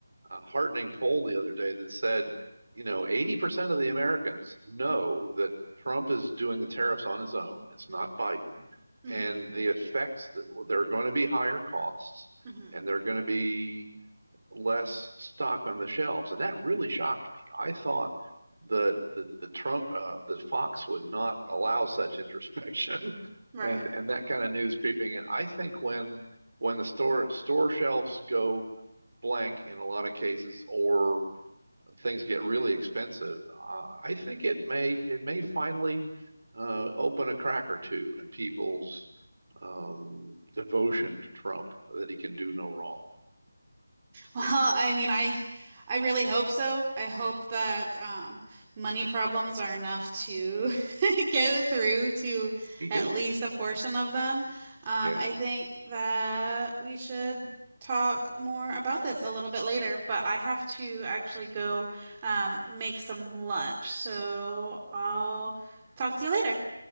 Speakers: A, on the right; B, on the right.
A: uh heartening poll the other day that said, you know, 80% of the Americans know that Trump is doing the tariffs on his own. It's not Biden,
B: hmm
A: and the effects that well, there are going to be higher costs
B: hmm
A: and there are going to be less stock on the shelves, and that really shocked me. I thought that the the Trump uh, the Fox would not allow such introspection, <laughs>
B: Right.
A: and and that kind of news creeping in. I think when when the store store shelves go blank in a lot of cases, or things get really expensive, uh, I think it may it may finally uh, open a crack or two in people's um, devotion to Trump that he can do no wrong.
B: Well, I mean, I I really hope so. I hope that um, money problems are enough to <laughs> get through to
A: Me
B: at
A: too.
B: least a portion of them. Um,
A: Yeah.
B: I think that we should talk more about this a little bit later, but I have to actually go um, make some lunch. So I'll talk to you later.